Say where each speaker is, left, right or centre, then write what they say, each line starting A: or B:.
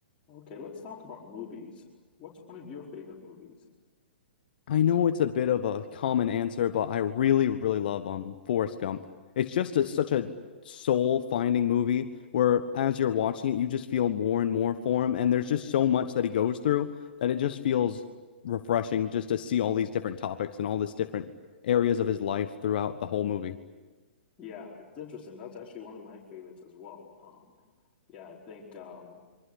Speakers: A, on the left; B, on the left.
A: Okay, let's talk about movies. What's one of your favorite movies?
B: I know it's a bit of a common answer, but I really, really love um Forrest Gump. It's just a, such a soul-finding movie where as you're watching it, you just feel more and more for him, and there's just so much that he goes through that it just feels refreshing just to see all these different topics and all these different areas of his life throughout the whole movie.
A: Yeah, it's interesting. That's actually one of my favorites as well. Um, yeah, I think um,